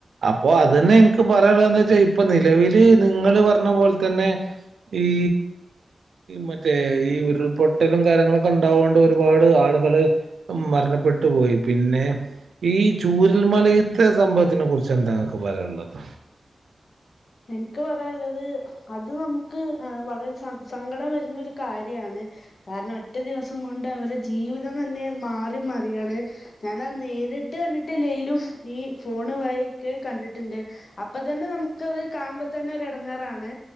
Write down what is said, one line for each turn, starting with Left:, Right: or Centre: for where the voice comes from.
Right: അപ്പൊ അതന്നെ ഇൻക്ക് പറയാനുള്ളത് ന്ന്‌ വെച്ചാൽ ഇപ്പൊ നിലവിൽ നിങ്ങൾ പറഞ്ഞ പോൽതന്നെ ഈ മറ്റേ ഈ ഉരുൾ പൊ <unintelligible> ഒരുപാട് ആളുകള് മരണപ്പെട്ടു പോയി പിന്നെ ഈ ചൂരൽമലയിൽത്തെ സംഭവത്തിന് കുറി എന്താ ഇങ്ങൾക്ക് പറയാനുള്ളത്
Left: ഇനിക്ക് പറയാനുള്ളത് അത് നമുക്ക് വളരെ സങ്കടം വരുന്ന ഒരു കാര്യമാണ് കാരണംഒറ്റ ദിവസം കൊണ്ട് അവരെ ജീവിതംതന്നെ മാറിമറിയാണ് ഞാൻ അത് നേരിട്ട് കണ്ടിട്ടിലേലും ഈ ഫോൺ വഴിയൊക്കെ കണ്ടിട്ടുണ്ട് അപ്പൊ തന്നെ ഇയ്ക്ക്അത് കാണുമ്പോ തന്നെ ഇടെങ്ങേറാണ്